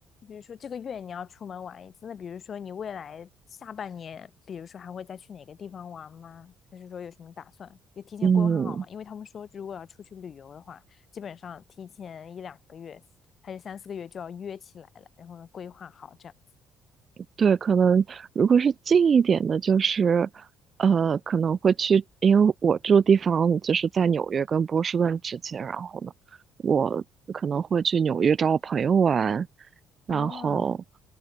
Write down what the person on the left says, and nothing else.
比如说这个月你要出门玩一次，那比如说你未来下半年，比如说还会再去哪个地方玩吗？还是说有什么打算？也提前规划好嘛？
因为他们说，如果要出去旅游的话，基本上提前一两个月还是三四个月就要约起来了，然后呢规划好这样。
哦，